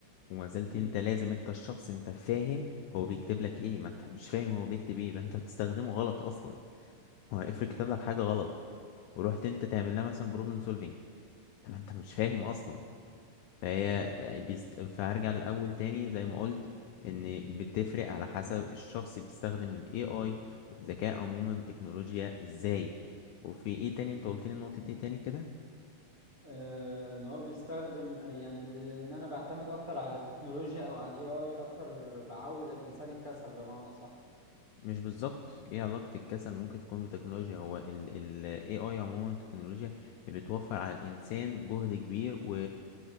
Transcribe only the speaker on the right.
اكيد
آه، ان هو بيستخدم آه، يعني ال- ان انا بعتمد اكتر على التكنولوجيا او على الاي اي اكتر بعود الانسان الكسل بمعنى اصح